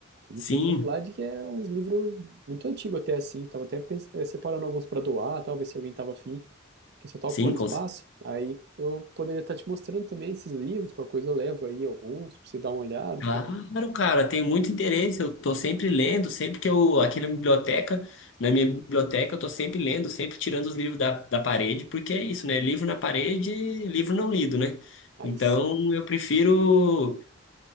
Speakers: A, on the right; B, on the left.
A: E
B: Sim.
A: tem livro lá de que é uns livros muito antigos até assim. Tava até pens- eh, separando alguns para doar, talvez se alguém tava afim, que só tá
B: Sim,
A: ocupando
B: com...
A: espaço.
B: cer-
A: Aí eu poderia estar te mostrando também esses livros, qualquer coisa eu levo aí alguns, pra você dar uma olhada,
B: claro,
A: ficar um...
B: cara, tenho muito interesse. Eu tô sempre lendo, sempre que eu, aqui na biblioteca, na minha biblioteca, eu tô sempre lendo, sempre tirando os livros da, da parede, porque é isso, né? Livro na parede, livro não lido, né?
A: Aí
B: Então,
A: sim,
B: eu prefiro